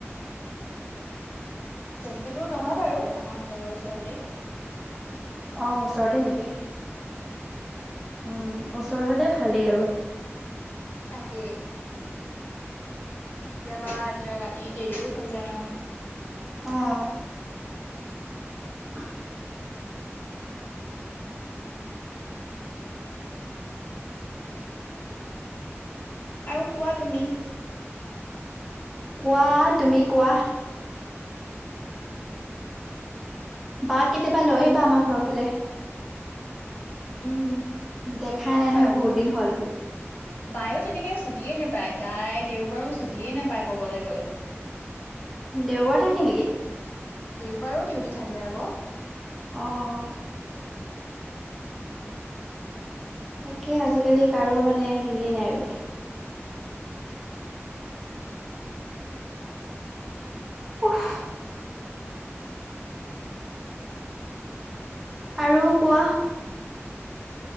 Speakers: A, on the left; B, in the centre.
A: বেছি দূৰ নহয় বাৰু আমাৰ ঘৰৰ ওচৰতে।
B: অ', ওচৰতে নেকি? উম ওচৰ হ'লে ভালেই আৰু।
A: তাকে। কেতিয়াবা এতিয়া ৰাতি দেৰিও হৈ যায় নহয়।
B: অ'। <inaudible>
A: আৰু কোৱা তুমি?
B: কোৱা তুমি কোৱা। বা কেতিয়াবা লৈ আহিবা আমাৰ ঘৰৰ ফালে।
A: উম
B: দেখাই
A: নিম
B: নাই নহয়
A: বাৰু
B: বহুত দিন হ'ল।
A: বায়ো তেনেকে ছুটিয়ে নেপায় তাই দেওবাৰো ছুটিয়ে নেপায় কবলৈ গ'লে।
B: দেওবাৰো থাকে নেকি?
A: দেওবাৰো ডিউটি থাকে আকৌ।
B: আহ। তাকে আজিকালি কাৰো মানে হেৰিয়ে নাই আৰু। উফ আৰু কোৱা।